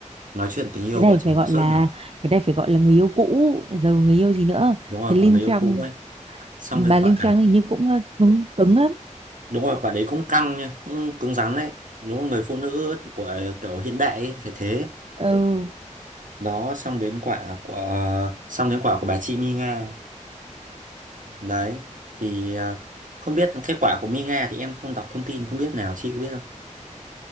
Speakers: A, on the right; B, on the right.
A: nói chuyện tình yêu
B: cái này
A: vợ chồng
B: phải gọi
A: có sớt
B: là
A: mà
B: cái này phải gọi là người yêu cũ giờ người yêu gì nữa
A: đúng rồi
B: thế Lim
A: quả người
B: Feng
A: yêu cũ ấy xong
B: bà
A: cái quả
B: Linh Phan hình như cũng ờ, cứng, cứng lắm
A: đúng rồi quả đấy cũng căng nha cũng cứng rắn đấy đúng rồi, người phụ nữ của kiểu hiện đại ấy, phải thế
B: ừ
A: đó xong đến quả của xong đến quả của bà chị Mi Nga đấy thì ờ, không biết kết quả của Mi Nga thì em không đọc thông tin không biết nào chị có biết không